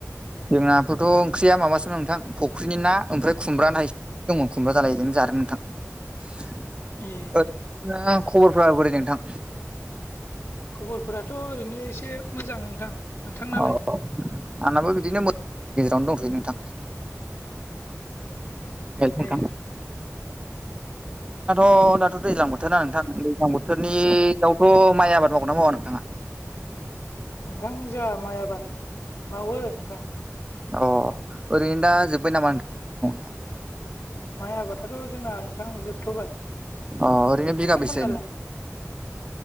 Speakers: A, on the right; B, on the left.
A: जोंना थथ' ओंख्रिया माबासोमोन नोंथां फख्रिनि ना ओमफ्राय खुमब्रा न दङ खुमब्रा जालायजोंनो जादों नोंथां। <unintelligible>
B: ए
A: खबरफ्रा बोरै नोंथां?
B: खबरफोराथ' ओरैनो एसे मोजां नोंथां। नोंथांनालाय
A: औ आंनाबो बिदिनो मो गेजेरावनो दंथ'यो नोंथां। हेल' नोंथां।
B: ए
A: दाथ'-दाथ' दैज्लां बोथोरना नोंथां दैज्लां बो थोरनियावथ' माइ आबाद मावगोन ना मावा नोंथाङा?
B: नोंथां जोहा माइ आबाद मावो नोंथां।
A: अ ओरैनो दा जोब्बाय नामा <inaudible> मावनाया?
B: माइ आबादाथ' जोंना नोंथां जोबथ'बाय। नोंथांमोनालाय?
A: अ ओरैनो बिगाबैसे